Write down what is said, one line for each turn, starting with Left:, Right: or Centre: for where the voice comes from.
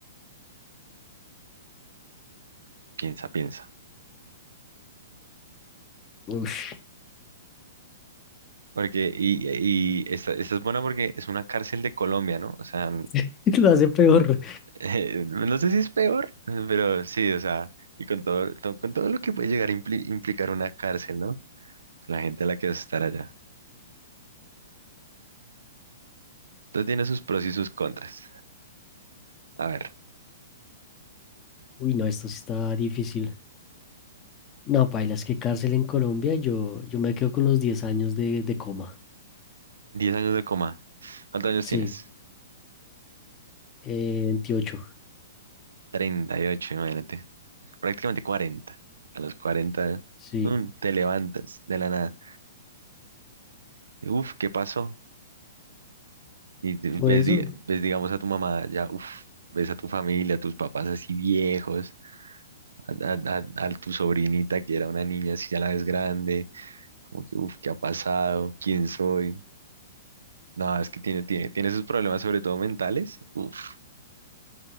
Right: Piensa, piensa.
Left: Uf,
Right: Porque, y, y esta, esta es buena porque es una cárcel de Colombia, ¿no? O sea, n-
Left: <laughs> lo hace peor.
Right: <laughs> eh, no sé si es peor, pero sí, o sea, y con todo, to- con todo lo que puede llegar a impli- implicar una cárcel, ¿no? La gente a la que vas a estar allá. Entonces tiene sus pros y sus contras. A ver,
Left: Uy, no, esto sí está difícil. No, paila, es que cárcel en Colombia, yo, yo me quedo con los 10 años de, de coma.
Right: diez años de coma. ¿Cuántos años
Left: Sí,
Right: tienes?
Left: eh, 28,
Right: 38, imagínate. Prácticamente 40. A los 40,
Left: sí.
Right: mm, te levantas de la nada. y, Uf, ¿qué pasó? Y te- ves,
Left: Por eso,
Right: di- ves, digamos, a tu mamá, ya, uf, ves a tu familia, a tus papás así viejos, a, a- a- a tu sobrinita que era una niña, así ya la ves grande, como que, uf, ¿qué ha pasado? ¿Quién soy? No, es que tiene, tiene, tiene sus problemas, sobre todo mentales. Uf,